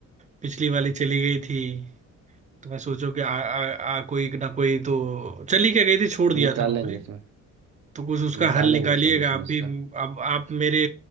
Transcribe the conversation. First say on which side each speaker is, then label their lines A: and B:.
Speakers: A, on the right; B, on the right.
A: पिछली वाली चली गई थी तो मैं सोचो कि आ, आ, आ कोई ना कोई तो चली क्या गई थी छोड़ दिया
B: निकालेंगे
A: था नौकरी
B: इसमें
A: तो कुछ उसका
B: निकालेंगे
A: हल निकालिएगा
B: सॉल्यूशन
A: आप
B: उसका
A: भी अब आप मेरे